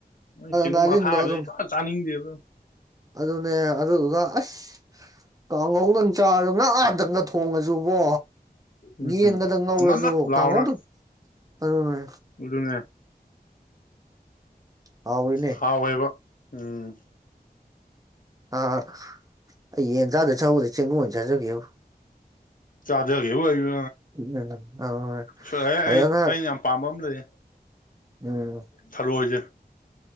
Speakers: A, on the left; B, on the right.
A: ꯅꯣꯏ ꯆꯦꯡꯒꯨꯝ
B: ꯅꯥꯔꯤꯟꯗꯣ
A: ꯑꯊꯥꯕ
B: ꯑꯗꯨꯝ
A: ꯁꯨꯛꯆꯥ ꯆꯥꯅꯤꯡꯗꯦꯕ
B: ꯑꯗꯨꯅꯦ ꯑꯗꯨꯗꯨꯒ ꯑꯁ ꯀꯥꯡꯍꯧꯗꯪ ꯆꯥꯔꯣ ꯉꯥ ꯍꯟꯇꯪꯅ ꯊꯣꯡꯉꯁꯨꯕꯣ
A: ꯎꯝ
B: ꯌꯦꯟꯒꯗ ꯉꯧꯔꯁꯨ
A: ꯅꯞ ꯅꯞ ꯂꯥꯎꯅ
B: ꯀꯥꯡꯉꯧꯗꯪ ꯑꯗꯨꯅꯦ
A: ꯑꯗꯨꯅꯦ
B: ꯍꯥꯎꯔꯤꯅꯦ
A: ꯍꯥꯎꯋꯦꯕ ꯎꯝ
B: ꯑꯥ ꯑꯩ ꯌꯦꯟ ꯆꯥꯗ ꯆꯎꯗꯤ ꯆꯦꯡꯒꯨꯝ ꯑꯣꯏꯅ ꯆꯥꯖꯒꯦꯕꯨ
A: ꯆꯥꯗꯔꯒꯦꯕ ꯍꯥꯏꯌꯨ
B: ꯎꯝ ꯑ
A: ꯁꯣꯏꯍ
B: ꯐꯖꯅ
A: ꯑꯩ ꯑꯩ ꯌꯥꯝ ꯄꯥꯝꯕ ꯑꯃ ꯂꯩꯌꯦ
B: ꯎꯝ
A: ꯊꯔꯣꯏꯁꯦ